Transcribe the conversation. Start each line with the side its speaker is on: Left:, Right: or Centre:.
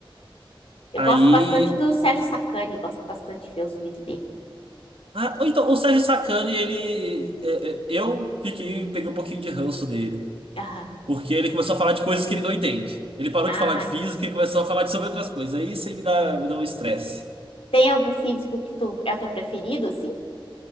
Left: Eu
Right: Aí.
Left: gosto bastante do Sérgio Sacani, gosto bastante de ver os vídeos dele.
Right: Ah, ou então, o Sérgio Sacani, ele. é, é, Eu fiquei, peguei um pouquinho de ranço dele.
Left: Aham.
Right: Porque ele começou a falar de coisas que ele não entende. Ele parou
Left: Ah,
Right: de falar de física e começou a falar de sobre outras coisas. Aí isso aí me dá, me dá um estresse.
Left: tem algum físico que tu é o teu preferido, assim?